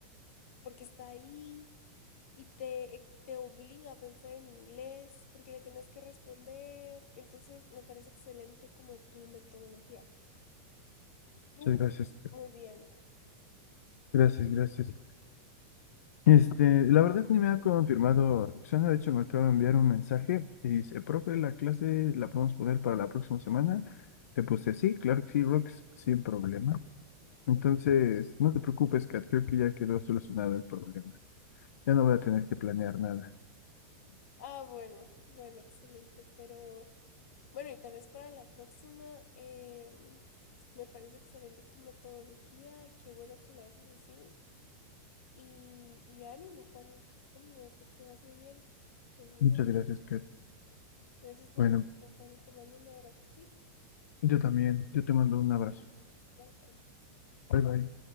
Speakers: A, on the left; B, on the left.
A: porque está ahí, y te, eh, te obliga a pensar en inglés porque le tenés que responder. Entonces, me parece excelente como tu metodología. Tú,
B: muchas gracias.
A: muy bien.
B: Gracias, gracias. Este, la verdad ni me ha confirmado Roxana, de hecho me acaba de enviar un mensaje y dice, profe, la clase la podemos poner para la próxima semana. Le puse sí, claro que sí, Rox, sin problemas. Entonces,
A: Ok.
B: no te preocupes, Kat, creo que ya quedó solucionado el problema. Ya no voy a tener que planear nada.
A: Ah, bueno, bueno, excelente. Pero bueno, y tal vez para la próxima, em, me parece excelente tu metodología. Qué bueno que lo haces así. Y, y ánimo, Juani, ánimo, porque vas muy bien en la vida.
B: Muchas gracias, Kat.
A: Gracias por
B: Bueno,
A: tu tiempo, Juani. Te mando un abrazo, sí.
B: yo también, yo te mando un abrazo.
A: Bye, Juani.
B: Bye bye.